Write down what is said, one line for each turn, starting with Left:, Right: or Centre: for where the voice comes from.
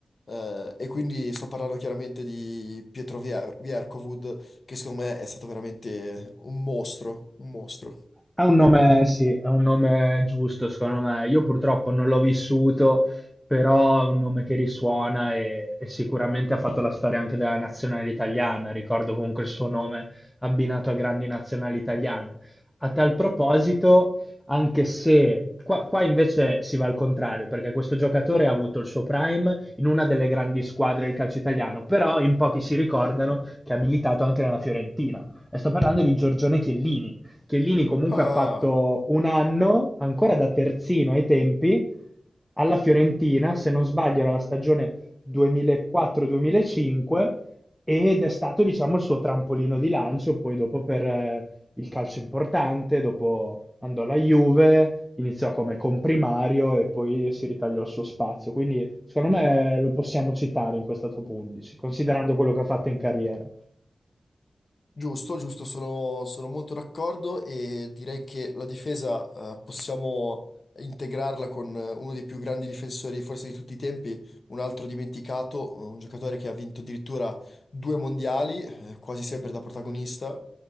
Left: eh, e quindi sto parlando chiaramente di Pietro Vier- Vierkovud, che secondo me è stato veramente un mostro, un mostro.
Centre: Ha un nome, sì, ha un nome giusto, secondo me. Io purtroppo non l'ho vissuto, però è un nome che risuona e, e sicuramente ha fatto la storia anche della nazionale italiana. Ricordo comunque il suo nome abbinato a grandi nazionali italiane. A tal proposito, anche se qua, qua invece si va al contrario, perché questo giocatore ha avuto il suo prime in una delle grandi squadre del calcio italiano, però in pochi si ricordano che ha militato anche nella Fiorentina. E sto parlando di Giorgione Chiellini Chiellini comunque
Left: Ah!
Centre: ha fatto un anno, ancora da terzino ai tempi, alla Fiorentina, se non sbaglio era la stagione 2004-2005, ed è stato, diciamo, il suo trampolino di lancio, poi dopo per eh, il calcio importante, dopo andò alla Juve, iniziò come comprimario e poi si ritagliò il suo spazio. Quindi, secondo me, eh, lo possiamo citare in questa top 11, considerando quello che ha fatto in carriera.
Left: Giusto, giusto, sono, sono molto d'accordo e direi che la difesa eh, possiamo integrarla con eh, uno dei più grandi difensori forse di tutti i tempi, un altro dimenticato, un giocatore che ha vinto addirittura due mondiali, eh, quasi sempre da protagonista,